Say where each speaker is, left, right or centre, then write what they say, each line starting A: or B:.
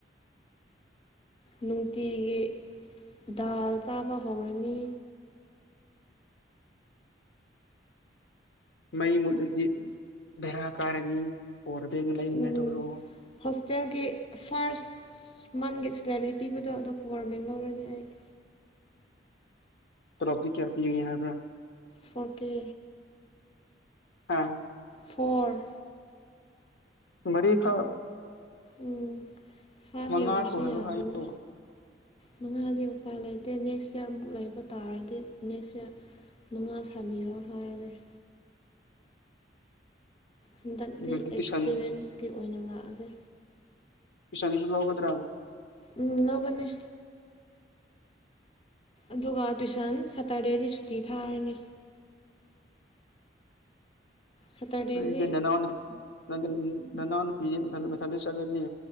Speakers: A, on the left; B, on the left.
A: ꯅꯨꯡꯇꯤꯒꯤ ꯗꯥꯜ ꯆꯥꯕ ꯍꯧꯔꯅꯤ
B: ꯃꯩ ꯃꯨꯠꯂꯗꯤ ꯚꯦꯔꯥ ꯀꯥꯔꯅꯤ ꯄꯣꯋꯔ ꯕꯦꯡ ꯂꯩꯔꯤꯉꯥꯏ
A: ꯎꯝ
B: ꯇꯧꯔꯣ
A: ꯍꯣꯁꯇꯦꯜꯒꯤ ꯐꯥꯔꯁ ꯃꯟꯒꯤ ꯁꯦꯂꯔꯤ ꯄꯤꯕꯗꯣ ꯑꯇꯣꯞꯄ ꯋꯥꯔꯃꯦꯡ ꯂꯧꯔꯅꯤ ꯑꯩ <inaudible>
B: ꯇꯣꯂꯣꯞꯗꯤ ꯀꯌꯥ ꯄꯤ ꯍꯥꯏꯕ꯭ꯔꯥ
A: ꯐꯣꯔꯀꯦ
B: ꯑꯥ
A: ꯐꯣꯔ
B: ꯃꯔꯤꯈꯛ
A: ꯎꯝ ꯐꯥꯏꯚ
B: ꯃꯉꯥ
A: ꯌꯧꯔꯁꯨ
B: ꯁꯨꯍꯜꯂꯣ
A: ꯌꯥꯝꯃꯅꯤ
B: ꯍꯥꯏꯌꯣ
A: ꯃꯉꯥꯗꯤ ꯎꯄꯥꯏ ꯂꯩꯇꯦ ꯅꯦꯛꯁ ꯏꯌꯥꯔꯃꯨꯛ ꯂꯩꯕ ꯇꯥꯔꯗꯤ ꯅꯦꯛꯁ ꯏꯌꯥꯔ ꯃꯉꯥ ꯁꯥꯕꯤꯔꯣ ꯍꯥꯏꯔꯒꯦ ꯍꯟꯗꯛꯇꯤ
B: ꯑꯗꯨꯗꯤ
A: ꯑꯦꯛꯁꯄꯤꯔꯤꯌꯦꯟꯁꯀꯤ
B: ꯇꯨꯏꯁꯟ
A: ꯑꯣꯏꯅ ꯂꯥꯛꯑꯒꯦ
B: ꯄꯁꯤꯟꯁꯨ ꯂꯧꯒꯗꯔ
A: ꯎꯝ ꯂꯧꯒꯅꯤ ꯑꯗꯨꯒ ꯇꯨꯏꯁꯟ ꯁꯥꯇꯔꯗꯦꯗꯤ ꯁꯨꯇꯤ ꯊꯥꯔꯅꯤ ꯁꯇꯔꯗꯦꯗꯤ
B: ꯅꯪꯒꯤ ꯅꯅꯥꯎ ꯅꯪꯒꯝ ꯅꯅꯥꯎꯄꯤꯗꯤ ꯃꯊꯟꯗ ꯃꯊꯟꯗ ꯆꯠꯂꯤꯅꯦ